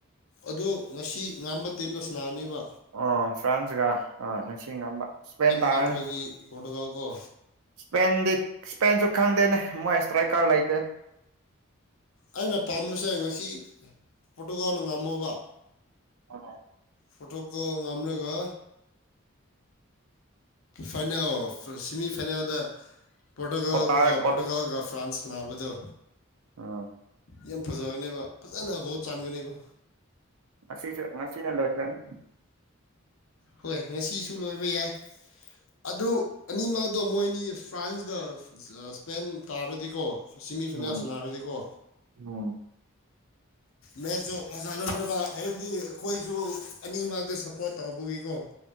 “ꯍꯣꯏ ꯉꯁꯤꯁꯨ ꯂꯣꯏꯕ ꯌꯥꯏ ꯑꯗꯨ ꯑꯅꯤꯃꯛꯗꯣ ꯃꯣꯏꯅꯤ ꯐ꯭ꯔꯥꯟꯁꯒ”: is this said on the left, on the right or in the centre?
Left